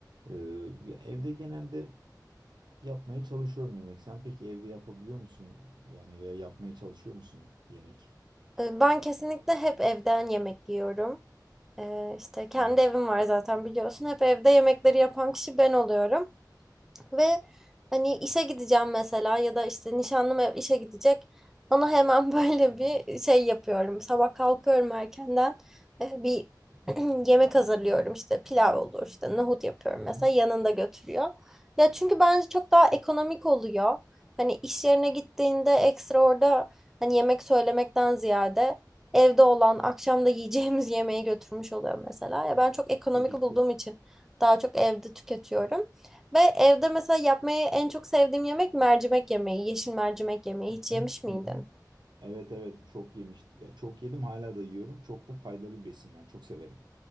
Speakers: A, on the right (about 80°); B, in the centre.
A: E, ya evde genelde yapmaya çalışıyorum yemek. Sen peki evde yapabiliyor musun? Yani veya yapmaya çalışıyor musun yemek?
B: Ee, Ben kesinlikle hep evden yemek yiyorum. Ee, işte kendi
A: Hmm.
B: evim var zaten biliyorsun. Hep evde yemekleri yapan kişi ben oluyorum. Ve hani işe gideceğim mesela ya da işte nişanlım ev işe gidecek. Ona hemen <laughs> böyle bir şey yapıyorum. Sabah kalkıyorum erkenden. e, Bir <clears throat> yemek hazırlıyorum işte pilav olur işte nohut yapıyorum
A: Hı hı.
B: mesela yanında götürüyor. Ya çünkü bence çok daha ekonomik oluyor. Hani iş yerine gittiğinde ekstra orada hani yemek söylemekten ziyade evde olan akşamda yiyeceğimiz yemeği götürmüş oluyor mesela. Ya ben çok ekonomik
A: Tabii
B: bulduğum
A: ki.
B: için daha çok evde tüketiyorum. Ve evde mesela yapmayı en çok sevdiğim yemek mercimek yemeği, yeşil mercimek yemeği.
A: Hı
B: Hiç yemiş
A: hı.
B: miydin?
A: Hı hı. Evet evet çok yemiştik. Ya çok yedim hala da yiyorum. Çok da faydalı bir besin yani çok severim.